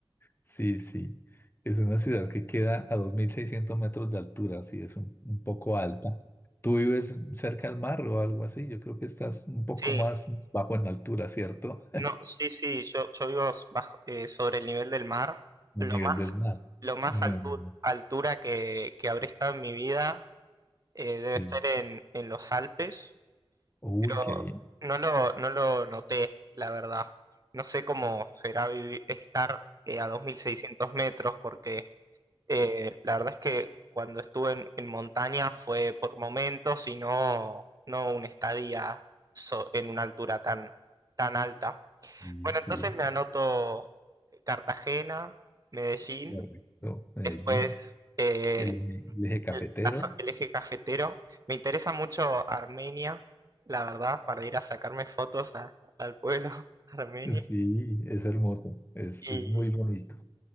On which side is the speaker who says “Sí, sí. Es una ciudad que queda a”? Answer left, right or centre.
Left